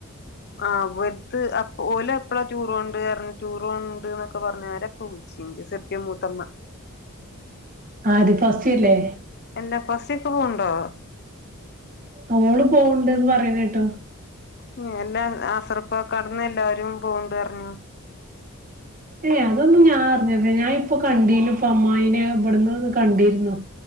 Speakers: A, on the left; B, on the right.
A: ആ വത്ത് അ ഓല എപ്പഴാ ടൂറ് പോണ്ട് ക ടൂറുണ്ട്ന്നൊക്കെ പറഞ്ഞ ആരപ്പ ഉച്ചീ സെപ്പ്യ മൂത്തമ്മ
B: ആത് ഫസ്റ്റ് ഇല്ലേ
A: <unintelligible> ഫസ്സിക്കെ പോവുണ്ടോ
B: അവൾ പോണ്ട്ന്ന് പറയണ കേട്ടു
A: ഉം എല്ലാ ആസ്രപ്പക്കാ കടന്ന് എല്ലാരും പോണ്ട് പറഞ്ഞു
B: ഏ അതൊന്നും ഞാൻ അറിഞ്ഞില്ല ഞാൻ ഇപ്പൊ കണ്ടീലും ഇപ്പൊ അമ്മായിനെ ഇവിടുന്ന് ഒന്ന് കണ്ടിരുന്നു